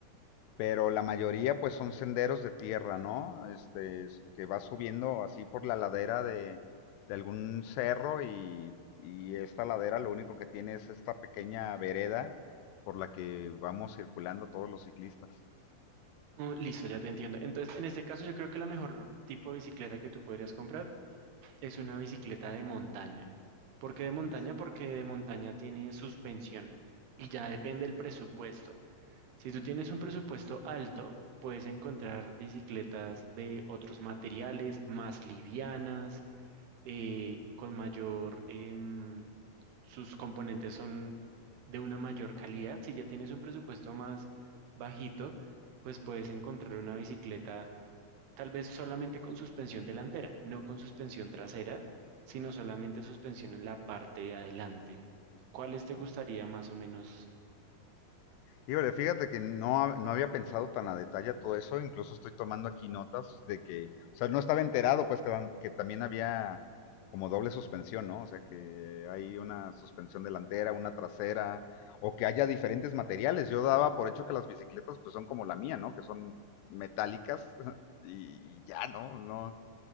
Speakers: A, on the left (about 85°); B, on the right (about 75°).
A: pero la mayoría pues son senderos de tierra, ¿no? Este, que va subiendo así por la ladera de, de algún cerro y, y esta ladera lo único que tiene es esta pequeña vereda por la que vamos circulando todos los ciclistas.
B: Oh, listo, ya te entiendo. Entonces, en este caso, yo creo que la mejor tipo de bicicleta que tú podrías comprar es una bicicleta de montaña. ¿Por qué de montaña?
A: Bicicl-
B: Porque de montaña tiene suspensión y ya depende el presupuesto. Si tú tienes un presupuesto alto, puedes encontrar bicicletas de otros materiales, más livianas, eh, con mayor, em, sus componentes son de una mayor calidad. Si ya tienes un presupuesto más bajito, pues puedes encontrar una bicicleta tal vez solamente con suspensión delantera, no con suspensión trasera, sino solamente suspensión en la parte de adelante. ¿Cuáles te
A: ¿no?
B: gustaría más o menos
A: Híjole, fíjate que no, no había pensado tan a detalle todo eso, incluso estoy tomando aquí notas de que, o sea, no estaba enterado, pues que, dan- que también había como doble suspensión, ¿no? O sea, que hay una suspensión delantera, una trasera, o que haya diferentes materiales. Yo daba por hecho que las bicicletas pues son como la mía, ¿no? Que son metálicas <laughs> y, y ya, ¿no? No,